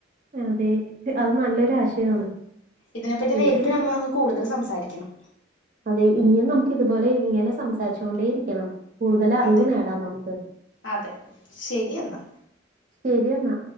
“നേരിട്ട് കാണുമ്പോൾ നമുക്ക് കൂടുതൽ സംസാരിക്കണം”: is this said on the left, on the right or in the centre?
Left